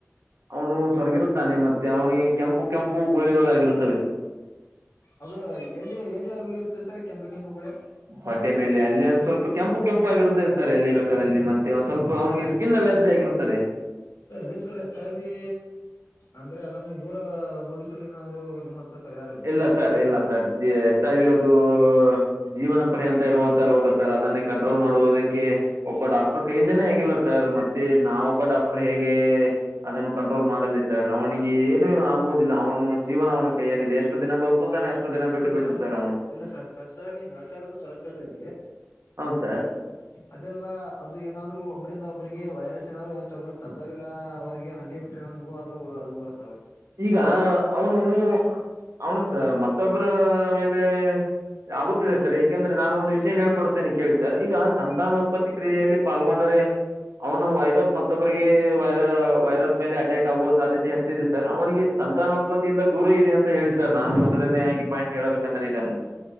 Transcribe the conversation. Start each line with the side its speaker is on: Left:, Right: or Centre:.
Right: ಅವನು ಸ್ವರ್ಗಿರುತ್ತಾನೆ ಮತ್ತೆ ಅವನಿಗೆ ಕೆಂಪು ಕೆಂಪು ಗೋಳ್ಳೆಗಳು ಆಗರುತ್ತೆ
Left: ಅ ಎಲ್ಲಿ ಎಲ್ಲಿ ಹೋಗಿ ಇರ್ತ ಸರ್ ಕೆಂಪು ಕೆಂಪುಗಳ
Right: ಹೊಟ್ಟೆ ಮೇಲೆ ಅಲ್ಲಿ ಅಂದ್ ಸ್ವಲ್ಪ ಕೆಂಪು ಕೆಂಪು ಆಗಿರುತ್ತದೆ ಸರ್ ಎಲ್ಲಿ ಬೇಕಾದ ಅಲ್ಲಿ ಮತ್ತೆ ಒಂದ್ ಸ್ವಲ್ಪ
Left: ಹೌದಾ
Right: ಅವನಿಗೆ
Left: ಸರ್
Right: ಸ್ಕಿನ್ ಅಲರ್ಜಿ ಆಗಿರುತ್ತದೆ
Left: ಸರ್ ಅದೇ ಸರ್ ಹೆಚ್ಚಾಗಿ ಅಂದ್ರೆ ಅದನ್ನು ದೂರ ಹೋಗಿಸಲು ಏನಾದ್ರು ನಿಮ್ಮ ಹತ್ರ ಪರಿಹಾರ ಇದೆ
Right: ಇಲ್ಲ ಸರ್ ಇಲ್ಲ ಸರ್ ಹೆಚ್ ಐ ಬಿ ಅದು ಜೀವನ ಪರಿ ಅಂತ ಇರುವಂತ ರೋಗ ಸರ್ ಅದನ್ನೇ ಕಂಟ್ರೋಲ್ ಮಾಡುವುದಕ್ಕೆ ಒಬ್ಬ ಡಾಕ್ಟರ್ ಕೈಿಂದೇ ಆಗಿಲ್ಲ ಸರ್ ಮತ್ತೆ ನಾವೊಬ್ಬ ಡಾಕ್ಟರ್ ಹೇಗೆ ಅದನ್ನು ಕಂಟ್ರೋಲ್ ಮಾಡಲ್ ಸರ್ ಅವನಿಗೆ ಏನು ಆಗುವುದಿಲ್ಲ ಅವನು ಜೀವನ ಅವನ ಕೈಯಲ್ಲಿದೆ ಎಷ್ಟು ದಿನ ಬದುಕುತ್ತಾನೆ
Left: ಹ
Right: ಅಷ್ಟು ದಿನ ಬಿಟ್ಟು
Left: ಸರ್
Right: ಬಿಡ್ರಿ
Left: ಬರಬ ಸ
Right: ಅವನು
Left: ಇಲ್ಲ ಸರ್ ಸ ಸರ್ ನಿತ ಕರಕ್ತರಿ
Right: ಹೌದು ಸರ್
Left: ಅದೆಲ್ಲ ಅದು ಏನಾದ್ರು ಒಬ್ಬ್ರಂದ ಒಬ್ಬ್ರಿಗೆ ವೈರಸ್ ಏನಾದ್ರು ತಗಲ ತಸರಿಲ್ಲ ಅವ್ರರಿಗೆ ಹಂಗೆ ಬಿಟ್ರೆ ನಮಗು ಆದ್ರರು ಅದು ಬರು
Right: ಈಗ ಅವನು ಅವನು ಸ ಮತ್ತೊಬ್ಬರ ಮೇಲೆ ಆಗುತ್ತದೆ ಸರ್ ಾಕೆಂದ್ರೆ ನಾನು ಒಂದು ವಿಷಯ ಹೇಳ್ಕಡುತ್ತತೇನೆ ಕೇಳಿ ಸರ್ ಈಗ ಸಂತಾನ ಉತ್ಪತ್ತಿ ಕ್ರಿಯೆಯಲ್ಲಿ ಪಾಲ್ಗೊಂಡರೆ ಅವನು ವೈರಸ್ ಮತ್ತು ಮತ್ತೊಬರಿಗೆ ವೈ ವೈರಸ್ ಮೇಲೆ ಅಟ್ಯಾಕ್ ಆಗುವ ಸಾಧ್ಯತೆ ಹೆಚ್ಚಿದ ಸರ್ ಅವನಿಗೆ ಸಂತಾನೋತ್ಪತ್ತಿಯಿಂದ ದೂರ ಇರಿ ಅಂತ ಹೇಳಿ ಸರ್ ನಾನು ಮೊದಲಿಂದ ಹಾಗಿ ಪಾಯಿಂಟ್ ಹೇಳಬೇಕಂದ್ರೆ ಇದನ್ನು